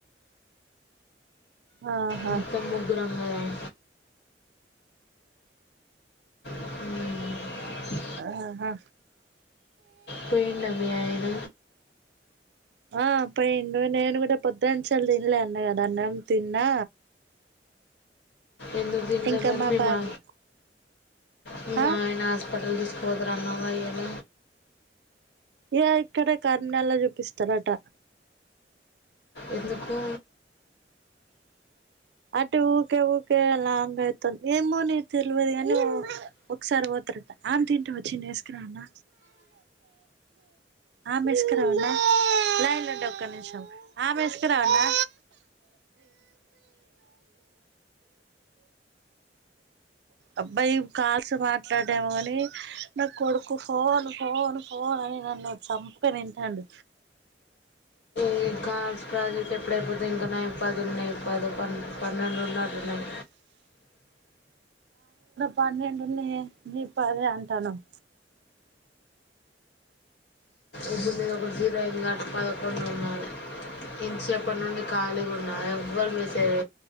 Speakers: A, on the right; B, on the left.
A: ఆహా
B: ఎంత ముద్దుగా అన్నదామే ఉమ్
A: ఆహా
B: పోయిండా మీ ఆయన
A: ఆ పోయిండు నేను కూడా పొద్దాంచాలి తినలే అన్న గదా అన్నం తిన్నా
B: ఎందుకు తిండ్ల
A: ఇంకా
B: మరి మీ
A: బాబు
B: మా మీ
A: ఆ
B: మామయ నా హస్ పటల్ తీసుకోపోతారా అన్న ఇయాల
A: య ఇక్కడ కర్మినల్లో చూపిస్తారట
B: ఎందుకు?
A: అటు ఊకే ఊకే లాంగ్ అయితుంది. ఏమో నే తెలివదుగాని ఓ ఒకసారి ఓ ఆమ్ తింటవ చిన్ను వేసుకరావానా? ఆమేస్కర్ <unintelligible> ఒక్క నిమిషం ఆమేస్కారవున్నా అబ్బా ఇవి కాల్స్ మాట్లాడము ఏమో గాని నా కొడుకు ఫోన్ ఫోన్ ఫోన్ అని నన్ను చంప తింటాండు.
B: ఇంకాన్స్ ప్రాజెక్ట్ ఎప్పుడైపోతయ్ ఇంకా న న్నాయి పది పన్నె పన్నెండు ఉన్నట్టున్నాయి
A: పన్నెండున్నయే నువ్వు పదే అంటానవవ్
B: ఇప్పుడు నీది ఒక జీరో అయింది కాబట్టి పదకొండు ఉండాలే ఇంసేపటి నుండి ఖాళీగా ఉన్న ఎవ్వరు మెసేజ్